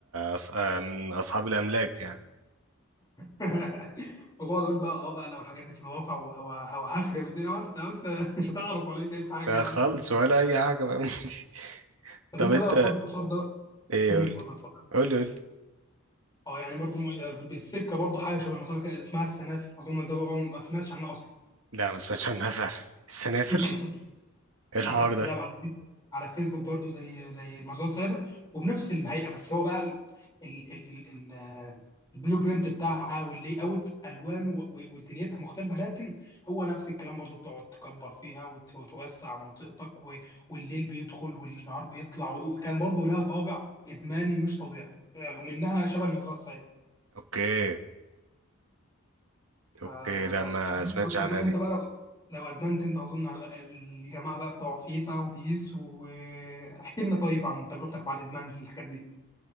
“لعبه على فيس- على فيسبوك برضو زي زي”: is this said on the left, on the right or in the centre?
Left